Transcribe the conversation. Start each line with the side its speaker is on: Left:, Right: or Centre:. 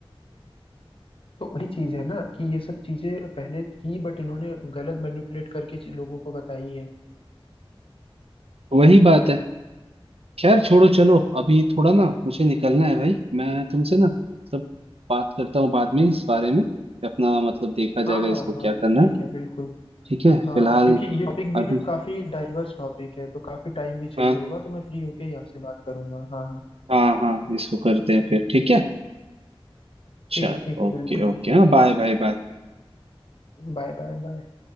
Left: तो वही चीज है ना कि ये सब चीजें पहले थी बट इन्होंने गलत मैनिपुलेट करके चीज- लोगों को बताई है
Right: वही बात है खैर छोड़ो चलो अभी थोड़ा ना मुझे निकलना है भाई मैं तुमसे ना सब बात करता हूँ बाद में इस बारे में कि अपना मतलब देखा
Left: हाँ
Right: जाएगा
Left: हाँ
Right: इसको
Left: हाँ
Right: क्या करना
Left: हाँ, ठीक
Right: है
Left: है बिल्कुल
Right: ठीक है
Left: हाँ
Right: फिलहाल
Left: क्योंकि ये टॉपिक भी
Right: अभी
Left: ना काफी डाइवर्स टॉपिक है तो काफी टाइम भी चाहिए
Right: हाँ
Left: होगा तो मैं फ्री होके ही आपसे बात करूंगा हाँ हाँ
Right: हाँ हाँ इसको करते हैं फिर ठीक है
Left: ठीक
Right: चलो
Left: है ठीक है
Right: ओके
Left: बिल्कुल बिल्कुल
Right: ओके हाँ बाय बाय बाय
Left: Bye bye bye